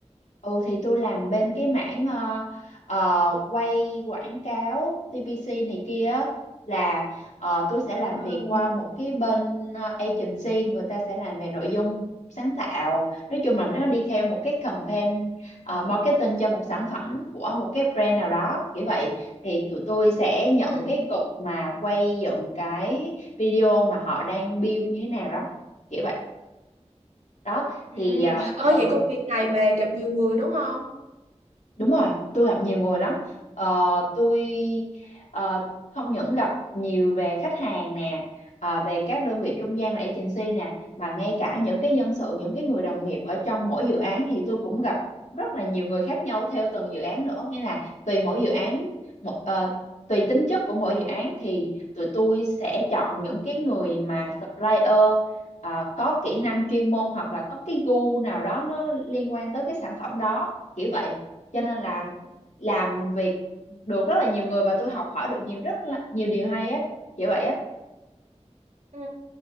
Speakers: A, on the left (about 80°); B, on the right (about 70°).
A: Ừ thì tôi làm bên cái mảng ờ, ờ, quay quảng cáo TVC này kia á, là ờ, tôi sẽ
B: À.
A: làm việc qua một cái bên ờ, agency người ta sẽ làm về nội dung sáng tạo nói chung là nó đi theo một cái campaign ờ, marketing cho một sản phẩm của một cái brand nào đó kiểu vậy thì tụi tôi sẽ nhận
B: Ừ.
A: cái cục mà quay dựng cái video mà họ đang build như thế nào đó kiểu vậy đó thì
B: Ừ. Ơi
A: uh,
B: vậy công việc này bà gặp nhiều người đúng không?
A: Đúng rồi, tôi gặp nhiều người lắm. Ờ, tôi ờ, không những gặp nhiều về khách hàng nè, ờ, về các đơn vị trung gian là agency nè, mà ngay cả những cái nhân sự, những cái người đồng nghiệp ở trong mỗi dự án thì tôi cũng gặp rất là nhiều người khác nhau theo từng dự án nữa. Nghĩa là tùy mỗi dự án, một, ờ, tùy tính chất của mỗi dự án thì tụi tôi sẽ chọn những cái người mà supplier ờ, có kỹ năng chuyên môn hoặc là có cái gu nào đó nó liên quan tới cái sản phẩm đó. Kiểu vậy cho nên là
B: Ừ.
A: làm việc được rất là nhiều người và tôi học hỏi được nhiều rất là, nhiều điều hay á kiểu vậy á
B: Ừ.